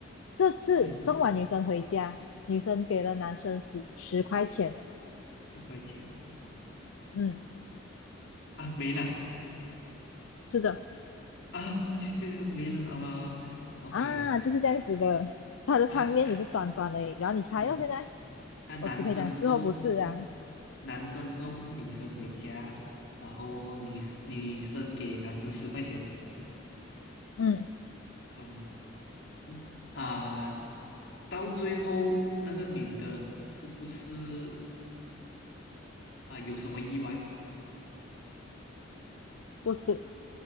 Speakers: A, on the left; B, on the left.
A: 这次送完女生回家，
B: 嗯，
A: 女生给了男生十十块钱。
B: 四块钱
A: 嗯，
B: 啊没了
A: 是的，
B: 啊，这这没了啊，OK，
A: 啊，就是这样子的。他的汤面只是短短的，
B: 他男
A: 然后你猜哦，
B: 嗯，
A: 现在
B: 他男生送。
A: 我只可以讲是或不是啊。
B: 男生送女生回家，然后女女生给男生十块钱。
A: 嗯，
B: 嗯嗯啊，到最后那个女的是不是啊有什么意外？
A: 不是，